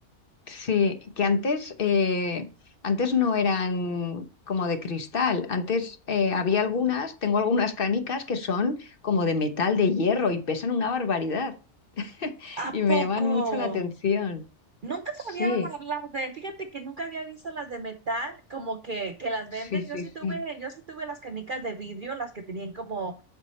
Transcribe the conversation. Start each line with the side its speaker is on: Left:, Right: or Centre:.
Left: sí, que antes, eh, antes no eran como de cristal. Antes eh, había algunas, tengo algunas canicas que son como de metal, de hierro y pesan una barbaridad <laughs>
Right: ¿A
Left: y me
Right: poco?
Left: llaman mucho la atención.
Right: Nunca sabía
Left: Sí.
Right: las de, fíjate que nunca había visto las de metal, como que, que las venden.
Left: Sí, sí,
Right: Yo sí
Left: sí.
Right: tuve, yo sí tuve las canicas de vidrio, las que tenían como,